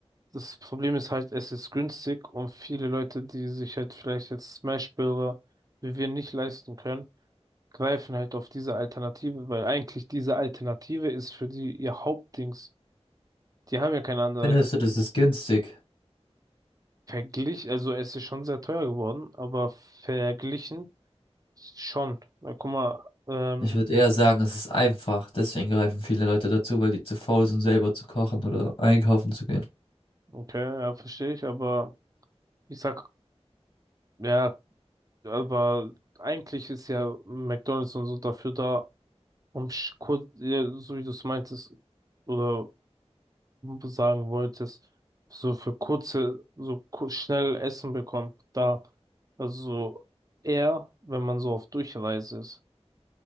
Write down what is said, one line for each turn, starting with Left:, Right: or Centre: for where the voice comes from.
Right: das Problem ist halt, es ist günstig und viele Leute, die sich halt vielleicht jetzt Smash-Burger wie wir nicht leisten können, greifen halt auf diese Alternative, weil eigentlich diese Alternative ist für die ihr Hauptdings. Die haben ja keine andere
Left: Findest
Right: Alternative.
Left: du, das ist günstig?
Right: Verglich, also es ist schon sehr teuer geworden, aber verglichen schon. Na, guck mal, ähm,
Left: Ich würde eher sagen, es ist einfach. Deswegen greifen viele Leute dazu, weil die zu faul sind, selber zu kochen oder einkaufen zu gehen.
Right: Okay, ja, verstehe ich, aber ich sag, ja, aber eigentlich ist ja McDonald's und so dafür da, um sch- kur- ja, so wie du es meintest oder sagen wolltest, so für kurze, so ku- schnell Essen bekommt, da, also eher, wenn man so auf Durchreise ist.